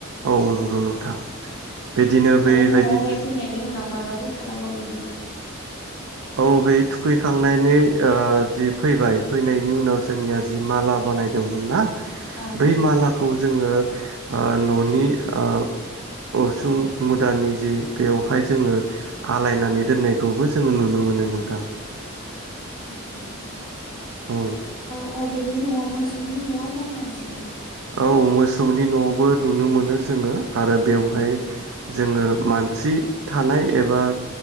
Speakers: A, on the right; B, on the left.
A: औ नंगौ नोंथां बिदिनो बेबायदिनो
B: आरो न'आवहाय फैनायनि उनाव माबाफोर खालामबावो नामा?
A: औ बे थुखैखांनायनि ओ जि फैबाय फैनायनि उनाव जोंनिया जि माला बानायदोंमोन ना?
B: औ
A: बै माला खौ जोङो ओ न'नि ओ उसुं मुदानि जि बेवहाय जोङो आलायनानै दोननायखौबो जोङो नुनो मो मोनो नोंथां
B: आथसा
A: औ
B: अबेनि न'आव मोसौनि न'आव ना मानसि
A: औ मोस सौनि न'आवबो नुनो मोनो जोङो। आरो बेवहाय
B: उम
A: जोङो मानसि थानाय एबा